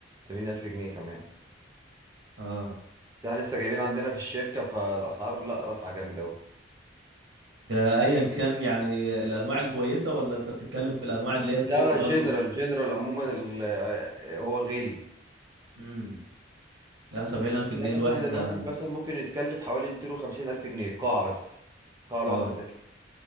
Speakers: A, on the right (about 20°); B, on the right (about 80°).
A: تمانين ألف جنيه كمان
B: اه
A: بس احنا لسه جايبين عندنا في الشركة فالأسعار لا رافعة جامد أوي
B: ده ايا كان يعني الانواع الكويسة ولا انت بتتكلم في الانواع اللي هي التوب
A: لا لا
B: برضو
A: جنرال جنرال عموما ال- آه، هو غالي
B: امم لا 70000
A: فتلاقي
B: جنيه الواحد
A: مثلا الواحد
B: ده
A: مثلا ممكن يتكلف حوالي ميتين وخمسين ألف جنيه القاعة بس القاعة الواحدة
B: اه
A: تكييف